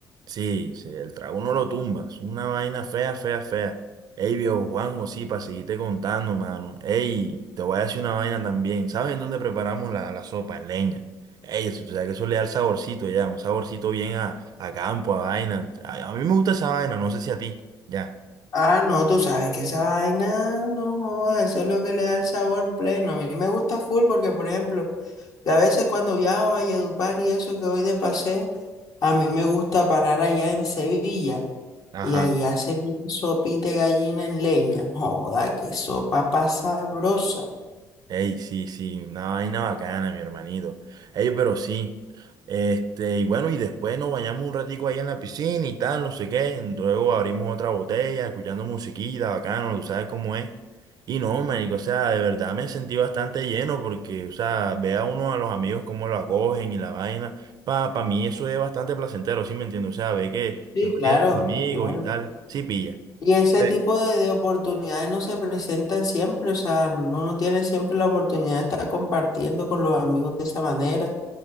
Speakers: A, on the right; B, on the left.
A: sí, sí, el trago uno lo tumba, es una vaina fea, fea, fea. Ey, viejo Juanjo, sí, para seguirte contando, mano. Ey, te voy a decir una vaina también. ¿Sabes en dónde preparamos la, la sopa? En leña. Ey, eso tú sabes que eso le da el saborcito ya, un saborcito bien a, a campo, a vaina. A, a mí me gusta esa vaina, no sé si a ti. Ya,
B: Ah, no, tú sabes que esa vaina, no joda, eso es lo que le da el sabor pleno. A mí me gusta full porque, por ejemplo, yo a veces cuando viajo a Valledupar y eso que voy de paseo, a mí me gusta parar allá en Sevilla.
A: ajá.
B: Y ahí hacen sopita de gallina en leña. Joda, qué sopa pasa sabrosa.
A: Ey, sí, sí, una vaina bacana, mi hermanito. Ey, pero sí. Este, y bueno, y después nos bañamos un ratico ahí en la piscina y tal, no sé qué. Luego abrimos otra botella, escuchando musiquita, bacano, tú sabes cómo es. Y no, manico, o sea, de verdad me sentí bastante lleno porque, o sea, ve a uno a los amigos cómo lo acogen y la vaina. Pa, pa mí eso es bastante placentero, ¿sí me entiendes? O sea, ve que
B: Sí,
A: que uno
B: claro,
A: tiene sus amigos
B: claro.
A: y tal. Sí, pilla.
B: Y ese
A: Sí.
B: tipo de, de oportunidades no se presentan siempre, o sea, uno no tiene siempre la oportunidad de estar compartiendo con los amigos de esa manera,